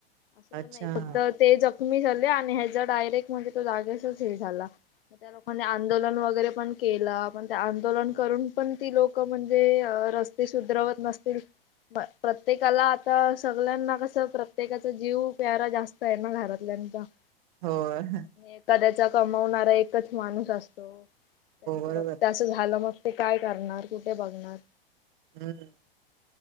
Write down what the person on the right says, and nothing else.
अच्छा
होयं.
बरोबर
हम्म,